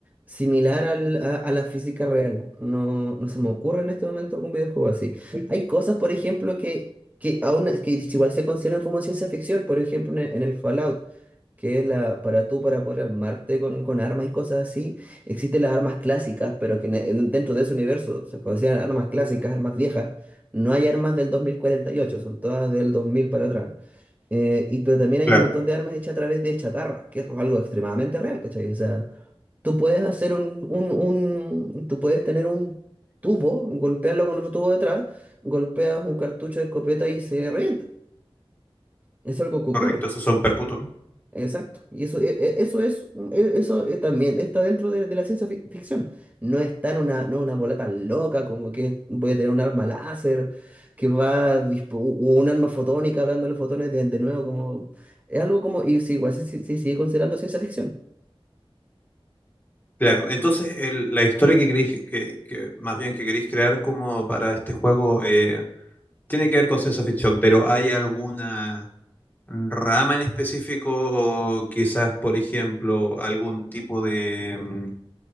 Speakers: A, on the right (about 15°); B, on the left (about 20°).
A: similar al- a, a la física real. No, no se me ocurre en este momento algún videojuego así. Hay cosas, por ejemplo, que, que aún que igual se consideran como ciencia ficción, por ejemplo, en el, en el Fallout que es la, para tú, para poder armarte con, con armas y cosas así, existen las armas clásicas, pero que en- en- dentro de ese universo se consideran armas clásicas, armas viejas. No hay armas del 2048, son todas del 2000 para atrás. Eh, y, pero también hay
B: Claro.
A: un montón de armas hechas a través de chatarra, que es algo extremadamente real, ¿cachai? O sea, tú puedes hacer un, un, un, tú puedes tener un tubo, golpearlo con otro tubo detrás, golpeas un cartucho de escopeta y se revienta. Es algo que
B: Correcto,
A: ocurre.
B: esos son percutor.
A: Exacto, y eso, e- e- eso es, e- eso eh, también está dentro de, de la ciencia fic- ficción. No está en una, no una bola tan loca como que voy a tener un arma láser, que va a dispo- u- un arma fotónica hablando de los fotones de, de nuevo, como es algo como, y sí, igual se, se- se sigue considerando ciencia ficción.
B: Claro, entonces el- la historia que queréis, que, que más bien que queréis crear como para este juego eh, tiene que ver con ciencia ficción, pero ¿hay alguna rama en específico o quizás, por ejemplo, algún tipo de, mm,